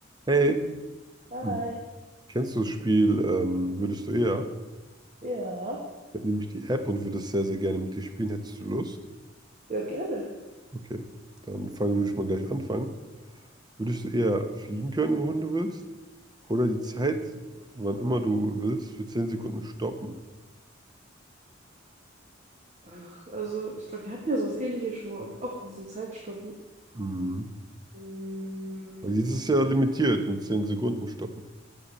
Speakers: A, on the right; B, on the right.
A: Hey,
B: Hi.
A: hm, kennst du das Spiel ähm, Würdest du eher?
B: Ja.
A: Ich habe nämlich die App und würde es sehr, sehr gerne mit dir spielen. Hättest du Lust?
B: Ja, gerne.
A: Okay, dann fangen würde ich mal gleich anfangen. Würdest du eher fliegen können, wohin du willst? Oder die Zeit, wann immer du willst, für 10 Sekunden stoppen?
B: Ach, also, ich glaube, wir hatten ja sowas Ähnliches schon mal, auf- auch mit diesem Zeitstoppen.
A: Mhm.
B: Mm,
A: Weil jetzt ist ja limitiert mit 10 Sekunden stoppen.